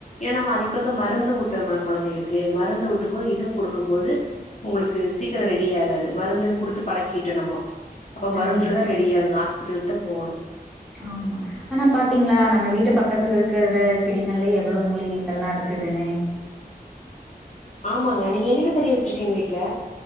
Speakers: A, on the left; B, in the centre.
A: ஏனா நம்ம அதுக்காக மருந்து ஊத்துறோமுல கொழந்தைகளுக்கு மருந்து ஊத்தும் போது இதுவு குடுக்கும்போது உங்களுக்கு சீக்கிரோ ரெ டியாகாது மருந்து குடுத்து பழக்கிட்டு நம்மோ அப்ப மருந்துல
B: ம்
A: தா ரெடி ஆகு ஹாஸ்பிட்லுக் தா போனு
B: ஆமா ஆனா பாத்தீங்ளா நம்ம வீட்டு பக்கத்துலருக்க வர செடிங்கலயே எவ்ளோ மூலிகைகள்லா இருக்குதுனு
A: ஆமாங்க நீங்க என்னென்ன செடி வச்சிருக்கீங்க வீட்ல